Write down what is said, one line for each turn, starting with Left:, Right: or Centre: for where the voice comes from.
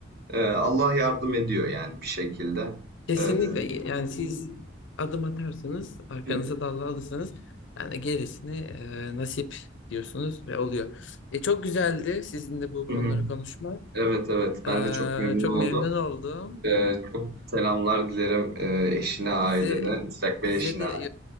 Right: Ee, Allah yardım ediyor yani bir şekilde.
Left: Kesinlikle
Right: Ee,
Left: yani siz adım atarsanız arkanıza
Right: Hı
Left: dal alırsanız yani gerisini e, nasip diyorsunuz ve oluyor. E, çok güzeldi sizinle bu konuları
Right: hı.
Left: konuşmak.
Right: Evet evet ben
Left: E,
Right: de çok memnun
Left: çok
Right: oldum.
Left: memnun oldum.
Right: Ee, çok selamlar dilerim ee, eşine, ailene,
Left: Size
Right: müstakbel
Left: size
Right: eşine.
Left: de